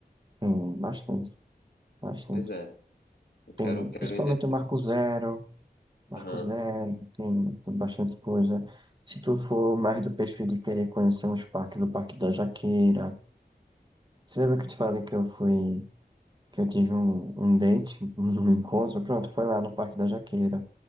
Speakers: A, on the right; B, on the left.
A: Tem bastante, bastante.
B: Pois é, eu quero,
A: Tem
B: quero
A: principalmente
B: ir nesse.
A: o Marco Zero. Marcos
B: Aham.
A: Zero, tem, tem bastante coisa. Se tu for mais do perfil de querer conhecer uns parques, do Parque da Jaqueira. Você lembra que eu te falei que eu fui, que eu tive um, um date, <laughs> um encontro? Pronto, foi lá no Parque da Jaqueira.